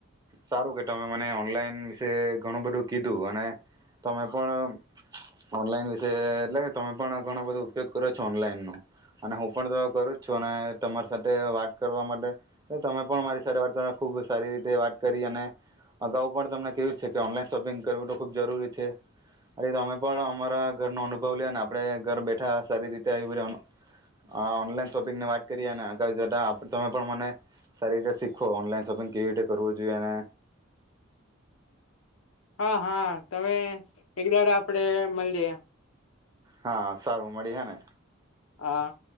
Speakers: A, on the right; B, on the left.
A: સારું કે તમે મને ઓનલાઈન વિશે ઘણું બધું કીધું અને તમે પણ... ઓનલાઈન વિશે એટલે તમે પણ ઘણો બધો ઉપયોગ કરો છો ઓનલાઈન નો અને હું પણ તો કરું જ છું અને તમારી સાથે વાત કરવા માટે હું તમે પણ મારી સાથે વાત કરવા ખુબ સારી રીતે વાત કરી અને અગાઉ પણ તમને કેવું છે કે ઓનલાઈન શોપિંગ કરવું તો ખુબ જરૂરી છે. આથી તમે પણ અમારા ઘરનો અનુભવ લ્યોને આપડે ઘર બેઠા સારી રીતે આવી બધી ઓન ઓનલાઈન શોપિંગની વાત કરી અને આગળ જતા તમે પણ મને સારી રીતે શીખો ઓનલાઈન શોપિંગ કેવી રીતે કરવું જોઈએ અને...
B: હા હા તમે એક દાડા આપડે મલીયે.
A: હા સારું મળીયે ને.
B: હા.